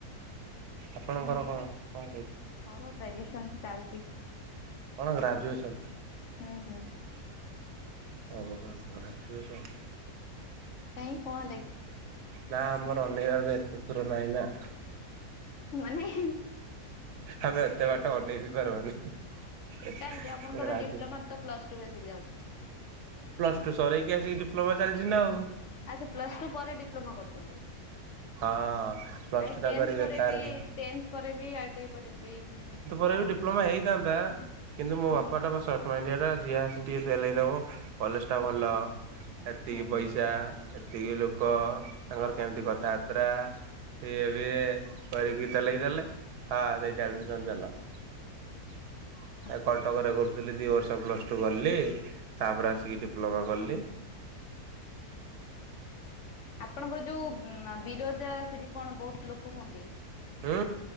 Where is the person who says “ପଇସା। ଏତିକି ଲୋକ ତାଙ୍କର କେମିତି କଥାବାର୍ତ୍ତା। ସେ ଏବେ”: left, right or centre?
Right